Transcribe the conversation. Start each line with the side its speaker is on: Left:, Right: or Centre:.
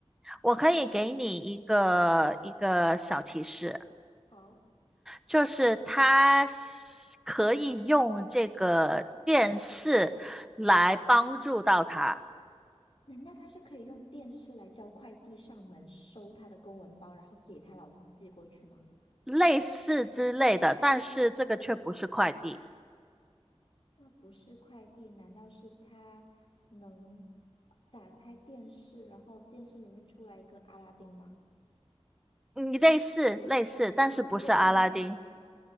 Centre: 我可以给你一个一个小提示，
Left: 好，
Centre: 就是他可以用这个电视来帮助到他，
Left: 难道她是可以用电视来叫快递上门收她的公文包，然后给她老公寄过去吗？
Centre: 类似之类的，但是这个却不是快递。
Left: 那不是快递，难道是她能打开电视，然后电视里面出来一个阿拉丁吗？
Centre: 你类似类似，但是不是阿拉丁。
Left: 够不够天马行空？